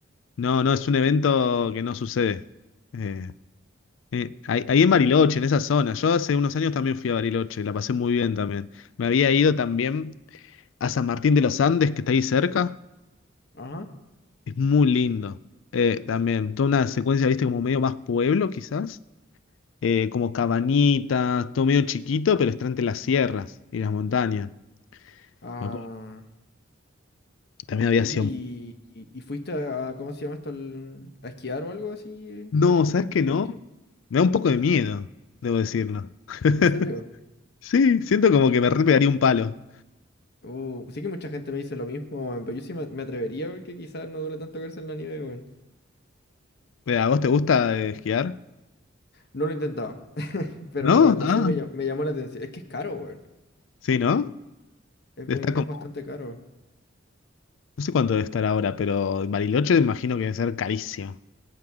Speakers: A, on the left (about 70°); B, on the left (about 55°).
A: No, no, es un evento que no sucede. Eh, eh, ahí, ahí en Bariloche, en esa zona. Yo hace unos años también fui a Bariloche, la pasé muy bien también. Me había ido también a San Martín de los Andes, que está ahí cerca.
B: Ajá.
A: Es muy lindo. Eh, también, toda una secuencia, viste, como medio más pueblo, quizás. Eh, como cabanitas, todo medio chiquito, pero está entre las sierras y las montañas.
B: Ah,
A: Me acuerdo que También había
B: oye,
A: sido.
B: ¿y, y, y fuiste a, a- ¿cómo se llama esto? al- a esquiar o algo así eh, en,
A: No,
B: en
A: ¿sabes qué
B: Bariloche?
A: no? Me da un poco de miedo, debo decirlo. <laughs>
B: ¿En serio?
A: Sí, siento como que me re pegaría un palo.
B: Uh, sí que mucha gente me dice lo mismo, weón, pero yo sí me, me atrevería porque quizás no duele tanto quedarse en la nieve, weón.
A: Eh, ¿A vos te gusta eh, esquiar?
B: No lo he intentado, pero
A: ¿No?
B: cuando
A: Ah,
B: fui me, llam- me llamó la atención. Es que es caro, weón.
A: sí, ¿no?
B: Es
A: Está
B: bien,
A: como,
B: es bastante caro.
A: no sé cuánto debe estar ahora, pero en Bariloche imagino que debe ser carísimo.